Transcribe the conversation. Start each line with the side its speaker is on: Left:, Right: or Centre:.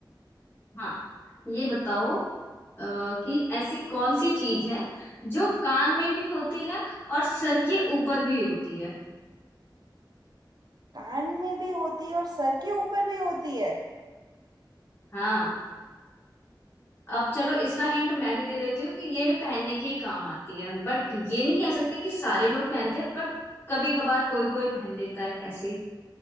Left: हाँ ये बताओ अ, कि ऐसी कौन सी चीज है जो कान में भी होती है और सर के ऊपर भी होती है
Right: कान में भी होती है और सर के ऊपर भी होती है
Left: हाँ अब चलो इसका हिंट मैं भी दे देती हूँ कि ये भी पहनने के ही काम आती है बट ये नहीं कह सकते कि सारे लोग पहनते हैं बट कभी कभार कोई कोई पहन लेता है ऐसे